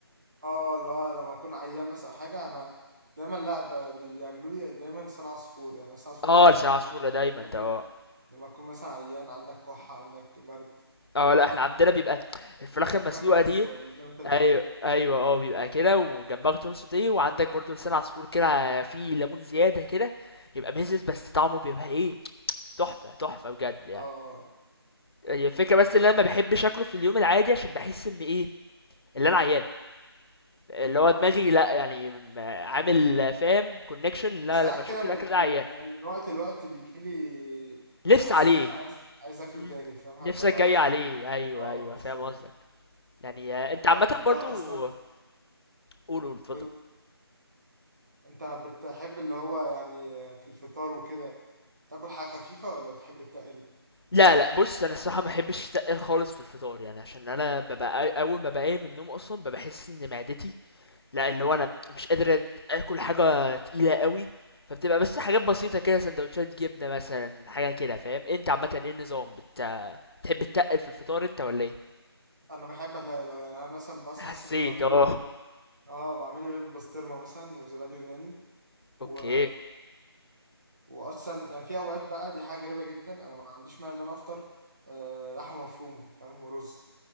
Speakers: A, on the right; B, on the left.
A: اه لا لما اكون عيان مثلا أو حاجه انا دايما لا ب- بي- بيعملوا لي دايما لسان عصفور يعني لسان عصفور
B: اه
A: ده
B: لسان
A: معروف
B: عصفور ده دايما
A: إنه بيتاكل
B: ده اه
A: لما تكون مثلا عيان عندك كحه عندك برد
B: اه لا احنا عندنا بيبقى الفراخ
A: وفراخ
B: المسلوقه
A: المسلوقه
B: دي
A: دي زي ما انت بتقول
B: ايوه ايوه اه بيبقى كده وجنبها خضار سوتيه وعندك برضو لسان عصفور كده فيه ليمون زياده كده يبقى مزز بس طعمه بيبقى ايه تحفه تحفه بجد يعني
A: اه
B: هي الفكره بس ان انا ما بحبش اكله في اليوم العادي عشان بحس ان ايه اللي انا عيان اللي هو دماغي لا يعني م- عامل فاهم كونكشن لا
A: بس ساعات
B: لما اشوف
A: كده من
B: الاكل ده عيان
A: من يعني من وقت لوقت بيجي لي
B: نفس
A: حاسس
B: عليه
A: ان انا عايز عايز اكله
B: مم.
A: تاني فاهم
B: نفسك
A: حتى لو
B: جاي
A: انا مش
B: عليه
A: عايز
B: ايوه
A: اه
B: ايوه
A: بالظبط
B: فاهم قصدك يعني آه، انت
A: انت
B: عامه
A: انت
B: برضو
A: اصلا
B: قول قول اتفضل
A: قول انت بتحب اللي هو يعني في الفطار وكده تاكل حاجه خفيفه ولا بتحب التقل
B: لا لأ، بُص أنا الصراحة ما باحبش التقّل خالص في الفطار، يعني عشان أنا بابقى أ أول ما باقوم من النوم أصلًا بابقى باحس إن معدتي لأ، اللي هو أنا مش قادر أد آكل حاجة تقيلة أوي، فبتبقى بس حاجات بسيطة كده ساندوتشات جبنة مثلًا، حاجة كده فاهم؟ أنت عامةً إيه النظام بت بتحب تتقّل في الفطار أنت والّا إيه؟
A: انا بحب اتقل اه. يعني انا مثلا بصحى
B: حسيت
A: الصبح بعمل
B: آه،
A: لي بيض اه بعمل لي بيض بسطرمه مثلا وزبادي يوناني
B: أوكي،
A: و... واصلا يعني في اوقات بقى دي حاجه غريبه جدا انا ما عنديش مانع ان انا افطر آه لحمه مفرومه فاهم ورز